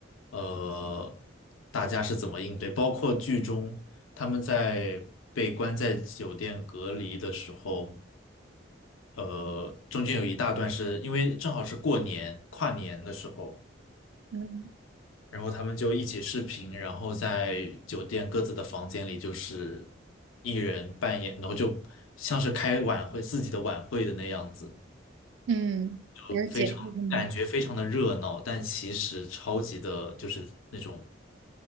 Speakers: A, on the left; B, on the right.
A: 呃，大家是怎么应对，包括剧中他们在被关在酒店隔离的时候。呃，中间有一大段是因为正好是过年跨年的时候，
B: 嗯，
A: 然后他们就一起视频，然后在酒店各自的房间里，就是一人扮演，然后就像是开晚会自己的晚会的那样子，
B: 嗯，
A: 就非常感觉非常的热闹，
B: 了解，嗯，
A: 但其实超级的就是那种